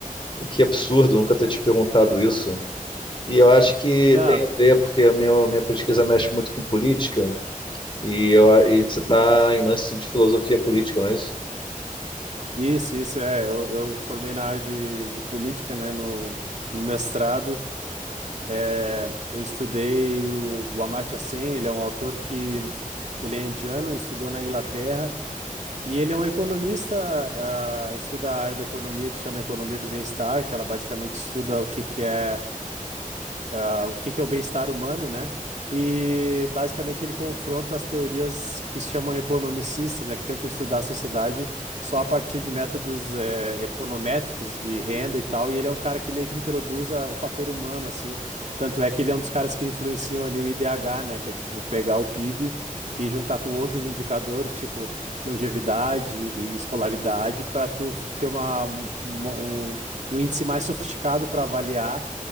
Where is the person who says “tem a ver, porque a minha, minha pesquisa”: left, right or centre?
Left